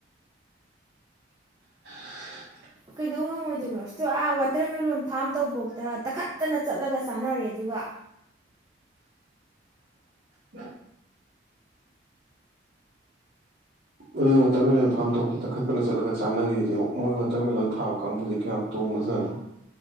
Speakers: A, on the right; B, on the right.
A: <unintelligible>
B: ꯀꯩꯗꯧ ꯉꯝꯃꯣꯏꯗꯣꯏꯅꯣ ꯑꯁꯇꯣ ꯑꯥ ꯋꯥꯇꯔꯃꯦꯂꯂꯣꯟ ꯐꯥꯝ ꯇꯧꯕꯧꯇ ꯇꯥꯈꯠꯇꯅ ꯆꯠꯂꯒ ꯆꯥꯅꯔꯦ ꯑꯗꯨꯒ
A: ꯎ ꯑꯗꯨ ꯋꯥꯇꯔꯃꯦꯂꯟ ꯐꯥꯔꯝ ꯇꯧꯕꯁꯤꯗꯛꯈꯠꯄꯅ ꯆꯠꯂꯒ ꯆꯥꯅꯔꯤꯁꯦ ꯃꯣꯏ ꯋꯥꯇꯔꯃꯦꯂꯂꯣꯟ ꯊꯥꯕ ꯀꯥꯡꯕꯨꯁꯦ ꯀꯌꯥꯝ ꯇꯣꯡꯕꯗꯅꯣ